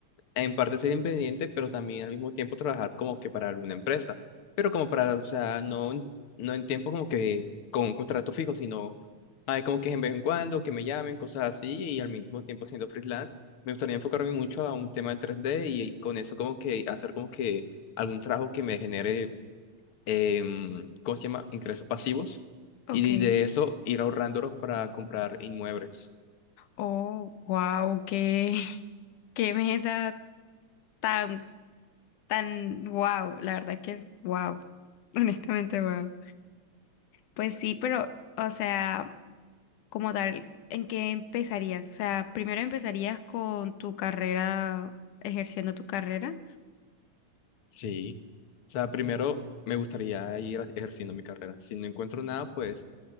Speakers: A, on the left; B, on the left.
A: en parte ser independiente, pero también al mismo tiempo trabajar como que para alguna empresa, pero como para, o sea, no, en- no en tiempo como que con un contrato fijo, sino hay como que en vez en cuando que me llamen, cosas así, y al mismo tiempo siendo freelance, me gustaría enfocarme mucho a un tema de 3D y con eso como que hacer como que algún trabajo que me genere, em, ¿cómo se llama? Ingresos pasivos,
B: ok.
A: y de eso ir ahorrándolos para comprar inmuebles.
B: Oh, wow, qué, <laughs> qué meta tan, tan, wow, la verdad que wow, <laughs> honestamente wow. Pues sí, pero, o sea... como tal, ¿en qué empezarías? O sea, primero empezarías con tu carrera, ejerciendo tu carrera.
A: Sí, o sea, primero me gustaría ir ejerciendo mi carrera. Si no encuentro nada, pues